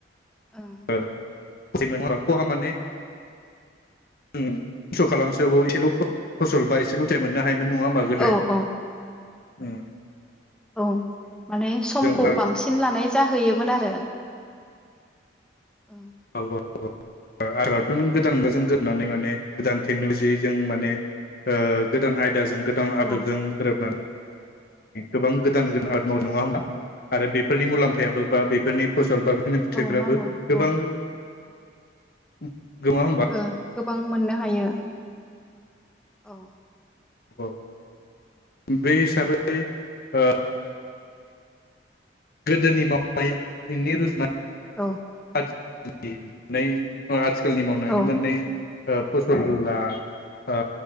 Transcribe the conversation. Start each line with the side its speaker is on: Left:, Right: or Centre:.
Centre: ओं
Left: <unintelligible> <unintelligible> खहा माने उम खस्थ खालामसेयावबो एसेल फसल बा एसेल फिथाइ मोननो हायोमोन नङा होमबा गोदोहाय
Centre: औ औ
Left: उम
Centre: औ माने समखौ
Left: बा
Centre: बांसिन लानाय जाहैयोमोन आरो ओं
Left: <unintelligible> आगोलावथ नों गोदान मुगाजों गोरोबनानै माने गोदान टेकनलजिजों माने ओ गोदान आयदाजों गोदान
Centre: औ
Left: आदबजों गोरोबना गोबां गोदान गोदान आबाद मावबाय नङा होमबा आरो बेफोरनि मुलाम्फायाबो बा बेफोरनि फसल बा बिदिनो फिथाइफ्राबो
Centre: औ मावो
Left: गोबां
Centre: औ
Left: <inaudible> गोमा होमबा
Centre: ओ गोबां मोननो हायो औ
Left: औ <unintelligible> बे हिसाबै ओ गोदोनि मावनायनि रुजुनाय
Centre: औ
Left: <unintelligible> खालनि मावनानै
Centre: औ
Left: मोननाय ओ फसला ओ